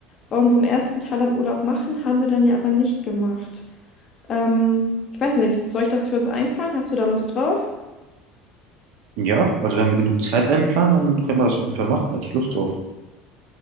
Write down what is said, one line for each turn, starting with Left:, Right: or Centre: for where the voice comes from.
Left: bei unserem ersten Thailand-Urlaub machen, haben wir dann ja aber nicht gemacht. Ähm, ich weiß nicht, soll ich das für uns einplanen? Hast du da Lust drauf?
Right: Ja, also wenn wir genug Zeit einplanen, dann können wir das auf jeden Fall machen. Hätte ich Lust drauf.